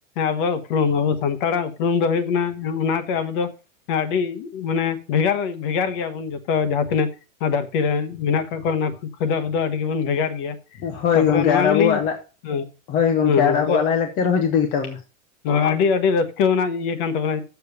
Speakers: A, on the left; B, on the left.
A: ᱟᱵᱚᱣᱟᱜ ᱩᱯᱨᱩᱢ, ᱟᱵᱚ ᱥᱟᱱᱛᱟᱲᱟᱜ ᱩᱯᱨᱩᱢ ᱫᱚ ᱦᱩᱭᱩᱜ ᱠᱟᱱᱟ ᱚᱱᱟ ᱜᱚᱢᱠᱮ ᱟᱵᱩ ᱫᱚ ᱟᱹᱰᱤ ᱢᱟᱱᱮ ᱵᱷᱮᱜᱟᱨ ᱵᱷᱮᱜᱟᱨ ᱜᱮᱭᱟᱵᱚ ᱩᱱ ᱡᱚᱛᱚ ᱡᱟᱦᱟᱸ ᱛᱤᱱᱟᱹᱜ ᱱᱚᱣᱟ ᱫᱷᱟᱹᱨᱛᱤ ᱨᱮᱱ ᱢᱮᱱᱟᱜ ᱠᱟᱜ ᱠᱚᱣᱟ ᱚᱱᱟ ᱠᱚ ᱠᱷᱚᱡ ᱫᱚ ᱟᱵᱚ ᱫᱚ ᱟᱹᱰᱤ ᱜᱮᱵᱚᱱ ᱵᱷᱮᱜᱟᱨ ᱜᱮᱭᱟ᱾
B: ᱦᱳᱭ
A: ᱛᱟᱯᱚᱨᱮ
B: ᱜᱚᱢᱠᱮ
A: ᱱᱚᱣᱟ
B: ᱟᱨ ᱟᱵᱚᱣᱟᱜ
A: ᱜᱮᱞᱤᱧ
B: ᱞᱟᱭ
A: ᱦᱮᱸ
B: <inaudible> ᱦᱳᱭ ᱜᱚᱝᱠᱮ
A: ᱦᱮᱸ ᱦᱮᱸ
B: ᱟᱨ
A: ᱞᱟᱹᱭ
B: ᱟᱵᱚᱣᱟᱜ ᱞᱟᱭ-ᱞᱟᱠᱪᱟᱨ ᱦᱚᱸ ᱡᱩᱫᱟᱹ ᱜᱮᱛᱟᱵᱚᱱᱟ᱾
A: ᱱᱚᱣᱟ ᱟᱹᱰᱤ ᱟᱹᱰᱤ ᱨᱟᱹᱥᱠᱟ ᱟᱱᱟᱜ ᱤᱭᱟᱹ ᱠᱟᱱ ᱛᱟᱵᱚᱱᱟ